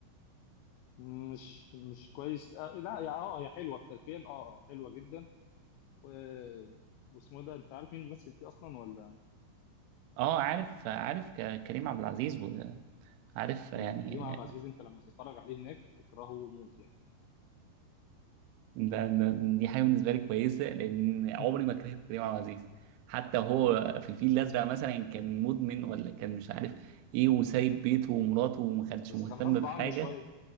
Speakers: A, on the left; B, on the right.
A: مش مش كويس آه لا يا اه يا حلوه التلفين اه اه حلوه جدا و واسمه ده انت عارف مين بيمثل فيه اصلا ولا
B: اه عارف عارف ك- كريم عبد العزيز وعارف
A: م.
B: يعني
A: كريم عبد العزيز انت لما تتفرج عليه هناك تكرهه موت يعني
B: ده ده- دي حاجه بالنسبه لي كويسه لان
A: <laughs>
B: عمري ما كرهت كريم عبد العزيز حتى هو
A: م.
B: في الفيل الازرق مثلا كان مدمن ولا كان مش عارف ايه وسايب بيته ومراته وما كانش
A: بس
B: مهتم
A: كان غصب
B: بحاجه
A: عنه شويه